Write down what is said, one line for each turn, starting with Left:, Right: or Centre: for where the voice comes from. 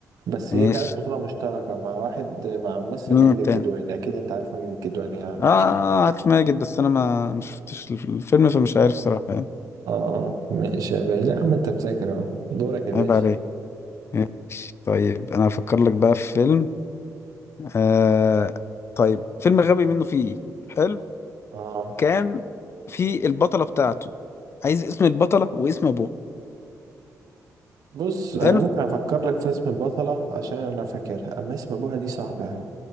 Right: بس
Left: ماشي
Right: هي كانت بطولة مشتركة مع واحد مع ممثل
Left: مين
Right: ماجد
Left: التاني
Right: الكدواني أكيد أنت عارف ماجد الكدواني يعني
Left: اه آه، عارف ماجد بس انا ما ما شفتش الفيلم فمش عارف صراحه يعني
Right: اه ماشي يا باشا لا يا عم انت مذاكر اهو دورك يا باشا
Left: عيب عليك ماشي. طيب انا هفكر لك بقى في فيلم آه طيب فيلم غبي منه فيه حلو
Right: اه
Left: كان في البطلة بتاعته عايز اسم البطلة واسم ابوها
Right: بص انا
Left: حلو
Right: ممكن افكر لك في اسم البطلة عشان انا فاكرها اما اسم ابوها دي صعبة اوي